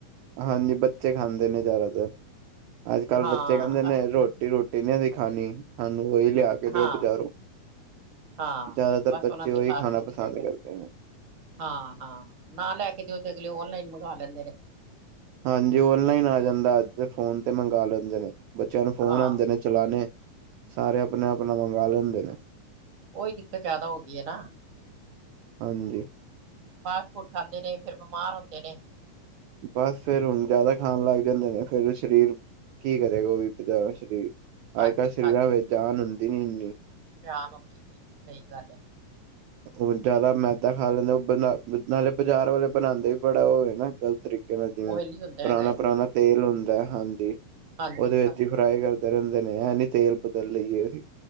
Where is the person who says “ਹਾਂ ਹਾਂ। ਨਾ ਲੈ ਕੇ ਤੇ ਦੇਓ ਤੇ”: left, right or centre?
Right